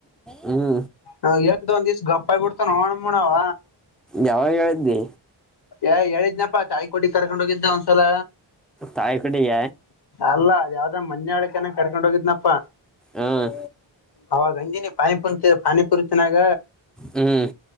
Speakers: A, in the centre; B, on the left.
A: ಹ್ಞೂ
B: ಹ ಎಂತ ಒಂದ್ ದಿವಸ ಗಪ್ಪಾಯಿ ಬಿಡ್ತ ನೋಣಣವ
A: ಯಾವಾಗ ಹೇಳಿದ್ದಿ
B: ಏ ಹೇಳಿದ್ನಪ್ಪಾ ತಾಯಿ ಕೊಟಿ ಕರ್ಕೊಂಡ್ ಹೋಗಿದ್ದ ಒಂದ್ಸಲ
A: ತಾಯಿ ಕಡ ಯ
B: ಅಲ್ಲ ಅದ ಯಾವ್ದ ಮನ್ಯ ಆಳ್ಕನ ಕರ್ಕೊಂಡ್ ಹೋಗಿದ್ನಪ್ಪ
A: ಹಾಂ
B: ಅವಾಗಜಿನಿ ಪಾಯಿ ಪಂತ ಪಾನಿ ಪರಿತಿನಾಗ
A: ಹ್ಮ್